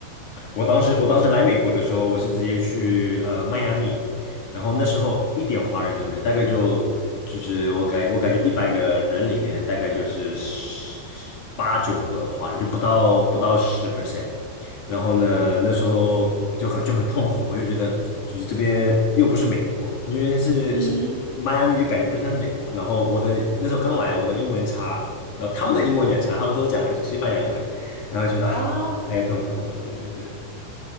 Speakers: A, on the left; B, on the right.
A: 我当时我当时来美国的时候，
B: 对，
A: 我是直接去呃迈阿密，然后那时候一点华人都没有，大概就就是我感我感觉一百个人里面大概就是十八九个华人，就不到不到十 percent。然后呢，那时候就很就很痛苦，我就觉得就是这边又不是美国，因为是是迈阿密就感觉不像是美国。
B: 嗯
A: 然后我的那时候刚来，我的英文差，然后他们的英文也差，他们都讲也是西班牙文，然后觉得啊太痛苦了，
B: 啊，
A: 对对对。